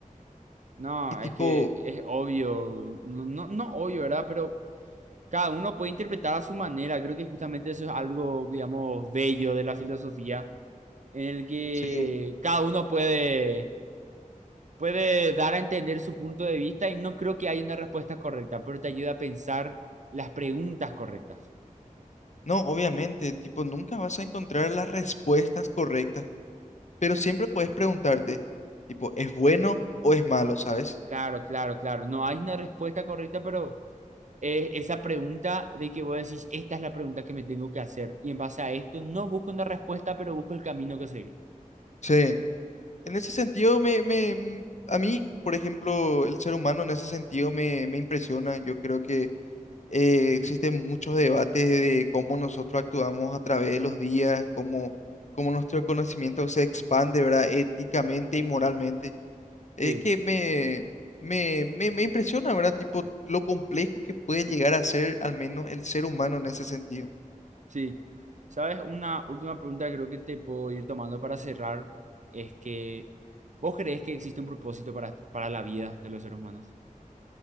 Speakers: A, on the right; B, on the left.
A: No,
B: Y tipo,
A: es que es obvio, no, no, no obvio, ¿verdad? Pero Cada uno puede interpretar a su manera. Creo que justamente eso es algo, digamos, bello de la filosofía, en el que
B: sí,
A: cada uno puede, puede dar a entender su punto de vista y no creo que haya una respuesta correcta, pero te ayuda a pensar las preguntas correctas.
B: no, obviamente, tipo, nunca vas a encontrar las respuestas correctas. pero siempre puedes preguntarte, tipo, ¿es bueno o es malo, sabes?
A: Claro, claro, claro. No hay una respuesta correcta, pero es esa pregunta de que vos decís, esta es la pregunta que me tengo que hacer. Y en base a esto, no busco una respuesta, pero busco el camino que seguir.
B: Sí. En ese sentido, me, me, mm, a mí, por ejemplo, el ser humano en ese sentido me, me impresiona. Yo creo que eh, existen muchos debates de cómo nosotros actuamos a través de los días, cómo, cómo nuestro conocimiento se expande, ¿verdad? Éticamente y moralmente. Es
A: Sí.
B: que me, me, me, me impresiona, ¿verdad? Tipo, lo complejo que puede llegar a ser al menos el ser humano en ese sentido.
A: Sí, sabes, una última pregunta que creo que te puedo ir tomando para cerrar es que ¿vos crees que existe un propósito para, para la vida de los seres humanos?